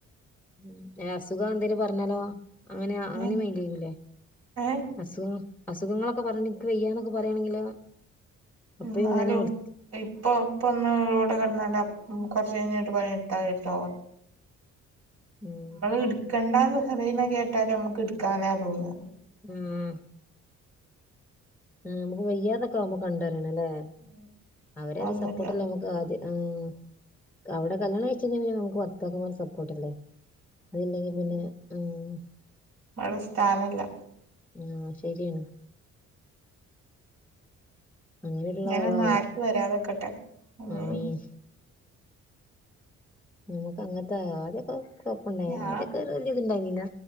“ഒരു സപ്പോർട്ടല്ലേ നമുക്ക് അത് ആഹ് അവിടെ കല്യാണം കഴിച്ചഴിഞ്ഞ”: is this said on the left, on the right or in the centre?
Centre